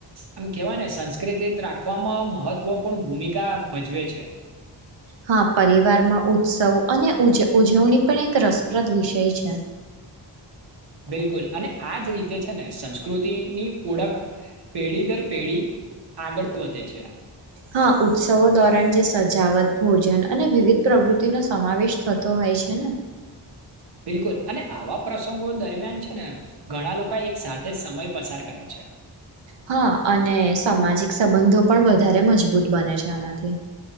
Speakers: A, on the right; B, on the right.
A: આમ કેવાય ને સંસ્કૃત રાખવામાં મહત્વપૂર્ણ ભૂમિકા ભજવે છે
B: હા પરિવારમાં ઉત્સવ અને ઉજ ઉજવણી પણ એક રસપ્રદ વિષય છે
A: બિલકુલ અને આજ રીતે છે ને સંસ્કૃતિની ઓળખ પેઢી દર પેઢી આગળ વધે છે
B: હા ઉત્સવો દોરણ જે સજાવટ ભોજન અને વિવિધ પ્રવૃત્તિ નો સમાવેશ થતો હોય છે ને
A: બિલકુલ અને આવા પ્રસંગો દરમિયાન છે ને ઘણા લોકો એક સાથે સમય પસાર કરે છે
B: હા અને સામાજિક સંબંધો પણ વધારે મજબૂત બને છે આનાથી